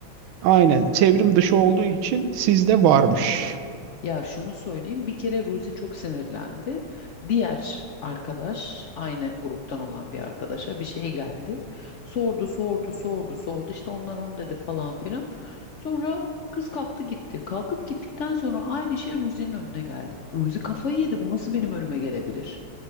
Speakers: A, on the right; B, on the left.
A: aynen çevrim dışı olduğu için sizde varmış.
B: Ya şunu söyleyeyim bir kere Ruzi çok sinirlendi. Diğer arkadaş aynı gruptan olan bir arkadaşa bir şey geldi. Sordu sordu sordu sordu işte onlar onu dedi falan filan. Sonra kız kalktı gitti. Kalkıp gittikten sonra aynı şey Ruzi'nin önüne geldi. Ruzi kafayı yedi bu nasıl benim önüme gelebilir?